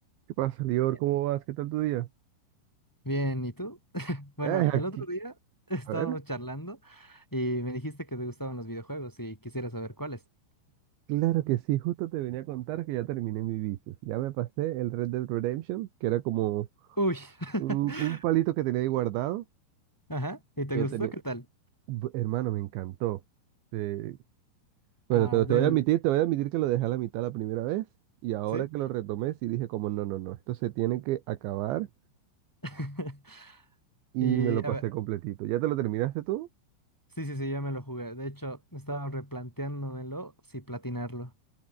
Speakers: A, on the right (about 75°); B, in the centre.
A: ¿Qué pasa, Lior?
B: Bien,
A: ¿Cómo vas? ¿Qué tal tu día?
B: Bien, ¿y tú? Bueno,
A: Eh,
B: el
A: aquí.
B: otro día <laughs> estábamos
A: A ver.
B: charlando y me dijiste que te gustaban los videojuegos y quisiera saber cuáles.
A: Claro que sí, justo te venía a contar que ya terminé mi vicio. Ya me pasé el Red Dead Redemption, que era como
B: Uy, <laughs>
A: un, un palito que tenía ahí guardado.
B: ajá, ¿y te
A: Que
B: gustó?
A: tenía...
B: ¿Qué tal?
A: Bu- Hermano, me encantó. Eh, bueno,
B: Ah,
A: te,
B: del,
A: te voy a admitir, te voy a admitir que lo dejé a la mitad la primera vez y ahora
B: ¿sí?
A: que lo retomé sí dije como no, no, no, esto se tiene que acabar
B: <laughs>
A: y
B: Y
A: me lo
B: a
A: pasé
B: ver,
A: completito. ¿Ya te lo terminaste tú?
B: sí, sí, sí, ya me lo jugué. De hecho, estaba replanteándomelo si platinarlo.